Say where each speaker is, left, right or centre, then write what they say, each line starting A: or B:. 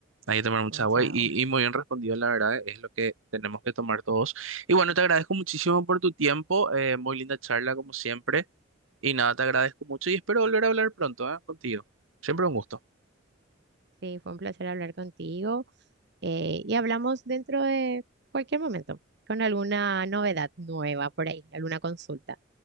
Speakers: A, on the right (about 80°); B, on the right (about 55°).
A: Hay que tomar mucha
B: mucha
A: agua y,
B: agua.
A: y muy bien respondido, la verdad, es lo que tenemos que tomar todos. Y bueno, te agradezco muchísimo por tu tiempo. eh, muy linda charla, como siempre. Y nada, te agradezco mucho y espero volver a hablar pronto, ¿eh? contigo. Siempre un gusto.
B: Sí, fue un placer hablar contigo. eh, y hablamos dentro de cualquier momento con alguna novedad nueva por ahí, alguna consulta.